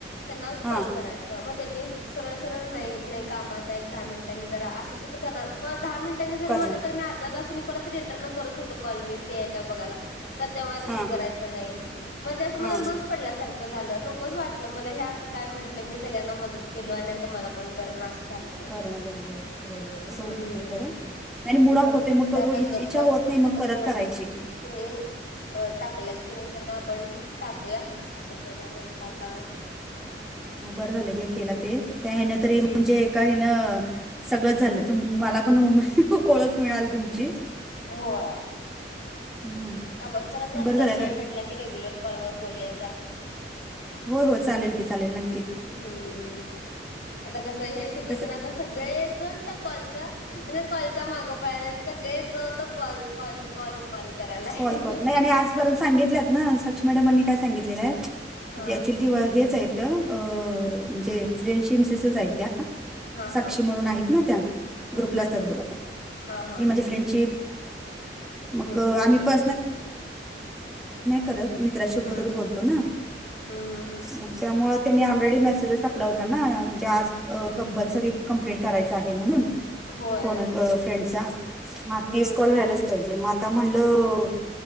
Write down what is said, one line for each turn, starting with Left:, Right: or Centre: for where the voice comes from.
Left: त्यांना
Centre: हां
Left: कॉल कराच. मग त्यांनी सरळ सरळ नाही नाही कामात आहे एक दहा मिनिटांनी करा असं तस करणार. प दहा मिनटांनी जरी
Centre: करणार
Left: म्हणलं तर मी अर्धा तासांनी परत रिटर्न करत होतो कॉल मी फ्री आहे का बघायला. तर तेव्हा रिसीव्ह
Centre: हां
Left: करायच नाही मग ते असं
Centre: हां
Left: मला लूस. पडल्यासारखं झालं नकोच वाटलं मला हे असं काय म्हटलं मी सगळ्यांना मदत केलो आणि आता मला कोण. कोण करना असं झालं. ते.
Centre: करणं झालंय तसं
Left: हम्म.
Centre: होतंय ना खरं. आणि मुडाफ
Left: म्हणून
Centre: होते
Left: म्हंटलं
Centre: मग करू
Left: आता
Centre: इच्छा
Left: गप्प आता
Centre: होत नाही मग परत
Left: कोण
Centre: करायची.
Left: कि नाही अ टाकल्यात की नाही त्यांना आपण टाकूया असं करूया म्हंटलं आता.
Centre: बर झालं हे केला ते त्या ह्यान तरी
Left: हम्म
Centre: म्हणजे एका ह्यान. सगळं झालं तू मला पण हम ओळख मिळाली तुमची.
Left: होय.
Centre: हम्म.
Left: आपण परत नंतर
Centre: बरं झालं
Left: वेळ भेटला की रेग्युलर कॉल वर बोलूया घ्या.
Centre: हो हो चालेल की चालेल नक्की.
Left: हम्म आता कस हे सगळे
Centre: तसं
Left: जण आता सगळेजण त्या कॉलच. म्हणजे कॉलच्या मागो पळायला सगळे जो तो होत कॉल कॉल कॉल. करायला आहे
Centre: कॉल कॉल नाही आणि आजपर्यंत सांगितल्यात ना सग लक्ष् मॅडमनी काय सांगितलेलं आहे
Left: हा
Centre: ऍक्च्युली हेच आहेत. अ म्हणजे फ्रेंडश मिसेसेस आहेत त्या
Left: हा
Centre: साक्षी
Left: हा
Centre: म्हणून आहेत ना त्या
Left: हम्म
Centre: ग्रुपला
Left: हम्म
Centre: असतात
Left: हम्म
Centre: बघ
Left: हा हा
Centre: त माझे फ्रेंड. आ प
Left: हम्म हम्म
Centre: प कत. मित्रासोबतच
Left: हम्म
Centre: बोलतो ना
Left: हम्म हम्म हम्म
Centre: मग त्यामुळे त्यांनी ऑलरेडी मेसेजेस टाकला होता नाजे आज कंपल्सरी कंप्लीट करायच आहे म्हणून
Left: होय
Centre: फोन फ्रेंडचा म
Left: हम्म
Centre: हेच कॉल व्हायलाच पाहिजे म आता म्हणलं.